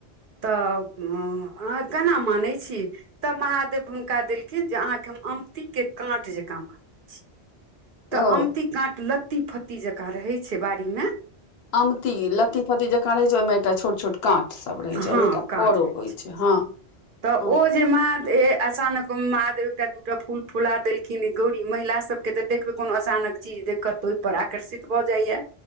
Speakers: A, on the right; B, on the left.
A: तऽ अह केना मानैत छी तब महादेव हुनका देलखिन जे अहाँके हम अमतीक के काँट जकाँ मानै छिय तऽ
B: ओ
A: अमती काट लत्ती फत्ती जकाँ रहे छै बाड़ी में
B: आमती लत्ती फत्ती जेक रहै छै ओहिमे एकटा छोट छोट काँठ सब रहै छै
A: हँ
B: ओहिमे एकटा
A: काँट
B: फरो
A: रहै
B: होइ छै हँ
A: तऽ
B: हँ
A: ओ जे मह ए अचानक माद एकटा दूटा फूल फुला देलखिन गौरी महिला सब के तऽ देखबै कोनो आसानक चीज देखत तऽ ओहि पर आकर्षित भऽ जाइया